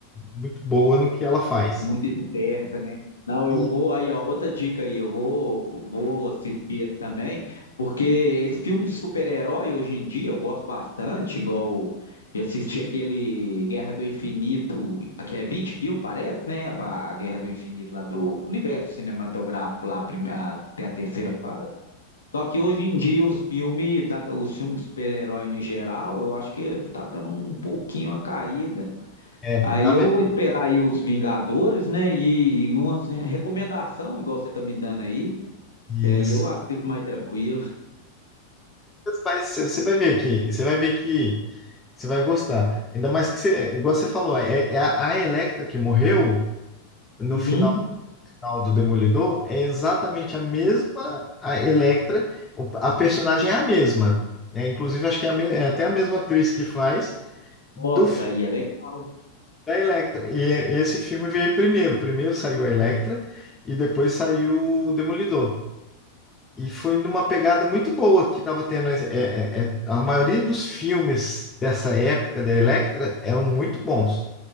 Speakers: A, on the left; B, on the left.
A: muito boa no que ela faz.
B: muito esperta, né? Não, eu
A: E,
B: vou aí, ó, outra dica aí, eu vou vou assistir esse também, porque esse filme de super-herói hoje em dia eu gosto bastante, igual eu assisti aquele Guerra do Infinito, que é 20 filmes, parece, né? A ba- a Guerra do Infinito lá do universo cinematográfico lá, a prime- a- até a terceira fase. Só que hoje em dia os filmes, da- os filmes de super-herói em geral, eu acho que está dando um pouquinho a caída.
A: é,
B: Aí
A: dá
B: eu vou esperar aí os Vingadores, né? E, e uma recomendação, igual você tá me dando aí,
A: mesmo.
B: que aí eu assisto mais tranquilo.
A: Mas você você vai ver que, você vai ver que você vai gostar. Ainda mais que você, igual você falou, é, é a, a Electra que morreu no
B: Uhum.
A: final, final do Demolidor é exatamente a mesma a Electra, o- a personagem é a mesma, né? Inclusive acho que é, a me- é até a mesma atriz que faz do
B: Nossa,
A: filme
B: aí é legal.
A: da Electra. E, é- e esse filme veio primeiro, primeiro saiu a Electra e depois saiu o Demolidor. E foi numa pegada muito boa que estava tendo. É, é- é- a maioria dos filmes dessa época da Electra eram muito bons.